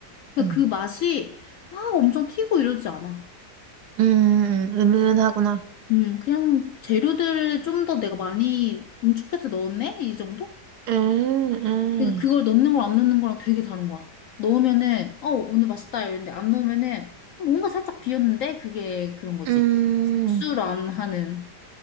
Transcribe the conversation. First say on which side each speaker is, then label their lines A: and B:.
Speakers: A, on the left; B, on the right.
A: 그러니까
B: 응.
A: 그 맛이 막 엄청 튀고 이러지 않아.
B: 음, 음, 음. 은은하구나.
A: 음, 그냥 재료들을 좀 더 내가 많이 응축해서 넣었네? 이 정도?
B: 음, 음.
A: 그러니까 그걸 넣는 거랑 안 넣는 거랑 되게 다른 거야. 넣으면은 어 오늘 맛있다 이랬는데 안 넣으면은 뭔가 살짝 비었는데 그게 그런 거지.
B: 음,
A: 육수안 하는.